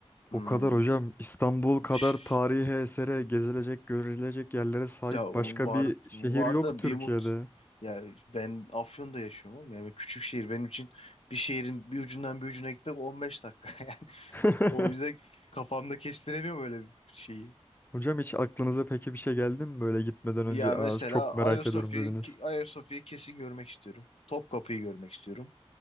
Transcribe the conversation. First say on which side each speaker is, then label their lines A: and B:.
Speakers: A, on the left (about 70°); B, on the left (about 20°).
A: Hmm.
B: O kadar hocam İstanbul kadar
A: Şş,
B: tarihi esere gezilecek görülecek yerlere sahip
A: Ya
B: başka
A: var
B: bir şehir
A: var
B: yok
A: da
B: Türkiye'de.
A: bir umut. Ya ben Afyon'da yaşıyorum oğlum. Yani küçük şehir benim için bir şehrin bir ucundan bir ucuna gitmek 15 dakika <laughs> yani.
B: <laughs>
A: O yüzden kafamda kestiremiyorum böyle bir şeyi.
B: Hocam hiç aklınıza peki bir şey geldi mi böyle gitmeden önce
A: Ya
B: Aa,
A: mesela
B: çok merak
A: Ayasofya'yı
B: ediyorum dediniz.
A: Ayasofya'yı kesin görmek istiyorum. Topkapı'yı görmek istiyorum.